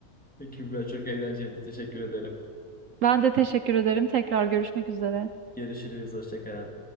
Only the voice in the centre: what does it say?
Kübra çok eğlenceliydi. Teşekkür ederim.
Görüşürüz. Hoşça kal.